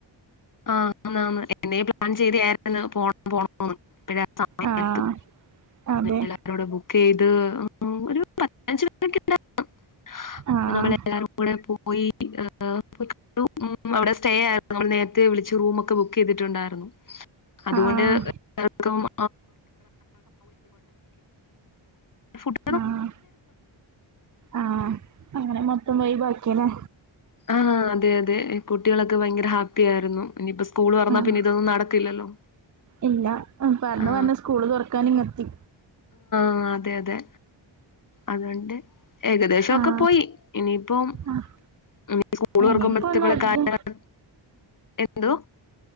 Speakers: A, on the left; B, on the right.
A: ആഹ് ആന്ന് ആന്ന് എന്നേ പ്ലാൻ ചെയ്തായിന്ന് പോണം പോണംന്ന് ഇപ്പഴാണ് സമയം
B: ആഹ്
A: അട്ത്തെങ്ങന
B: അതെ
A: എന്നിട്ടവ്ടെ. ബുക്ക് ചെയ്ത് ഒരു പത്ത് പതിനഞ്ച് മിനിറ്റൊക്കെ ഉണ്ടായിരുന്നൊള്ളു
B: ആഹ്
A: അത് നമ്മളെല്ലാ രും കൂടെ പോയി ഏഹ് പോയി കണ്ടു അവിടെ സ്റ്റേ ആയിരുന്നു നമ്മള് നേര ത്തെ വിളച്ച് റൂമൊക്കെ ബുക്ക് ചെയ്തിട്ടുണ്ടായിരുന്നു അതുകൊണ്ട്
B: ആഹ്
A: എല്ലാർക്കും <unintelligible>
B: ആഹ് ആഹ് അങ്ങനെ മൊത്തം വൈബാക്കിയല്ലേ?
A: ആഹ് അതെ അതെ കുട്ടികളൊക്കെ ഭയങ്കര ഹാപ്പി ആയിരുന്നു ഇനിയിപ്പോ സ്കൂള് തൊറന്നാ
B: ആഹ്
A: പിന്നെ ഇതൊന്നും നടക്കില്ലല്ലോ
B: ഇല്ല പറഞ്ഞു
A: ആ
B: പറഞ് സ്കൂള് തൊറക്കാനിങ്ങത്തി
A: ആഹ് അതെ അതെ അതുകൊണ്ട് ഏകദേശവൊക്കെ
B: ആഹ്
A: പോയി ഇനിയിപ്പം
B: ആഹ്
A: ഇനി സ്കൂൾ
B: ഇനിയിപ്പോ
A: തൊറക്കുമ്പഴത്തേക്കുള്ള
B: ഒന്ന് അടുത്ത്
A: കാര്യങ്ങൾ എന്തോ?